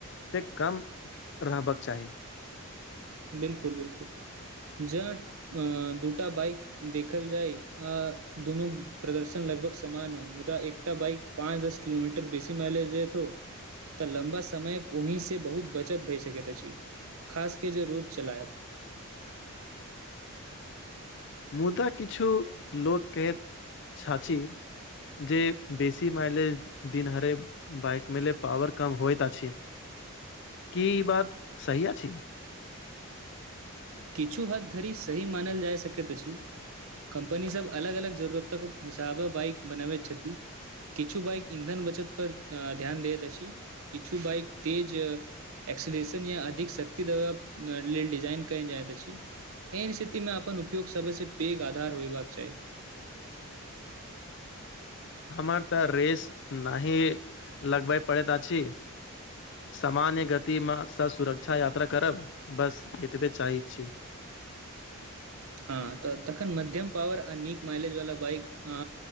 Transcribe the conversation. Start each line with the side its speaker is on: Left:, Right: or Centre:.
Left: से कम रहबाक चाही
Right: बिलकुल बिलकुल ज अ दूटा बाइक देखल जाय अ दुनू प्रदर्शन लगभग समान हो मुदा एकटा बाइक पाँच दस किलोमीटर बेसी माइलेज द देतो तऽ लम्बा समयक ओहि से बहुत बचत भए सकैत अछि खासके जे रोज चलायब
Left: मुदा किछु लोक कहैत छछी जे बेसी माईलेज दिन हरे बाइक मे पावर कम होइत आ छै की बात सही अछि
Right: किछु हथ धरी सह मानल जाइ सकैत छी कम्पनीसभ अलग अलग जरूरतक हिसाबे बाइक बनाबैत छथि किछु बाइक इन्धन बचत पर ध्यान दैत अछि किछु बइक तेज एक्सिनेशन या अधिक सक्ति दबा न जैनक जाइत अछि एहिन स्थिति मे अपन उपयोग सबसँ पैघ आधार होयबाक चाही
Left: हमर तऽ रेस नही लगबे पड़ैत अछि सामान्य गति मे स सुरक्षा यात्रा करब बस एतबे चाहै छी
Right: हँ तऽ तखन मध्यम पावर आ नीक माइलेज वाला बाइक अ